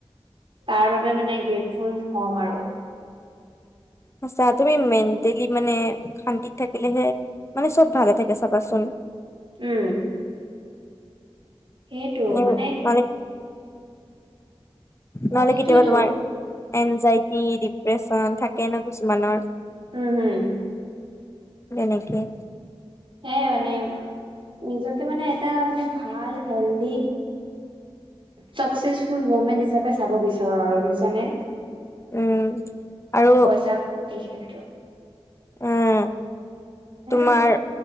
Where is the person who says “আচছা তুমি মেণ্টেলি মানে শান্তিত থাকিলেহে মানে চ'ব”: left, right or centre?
Left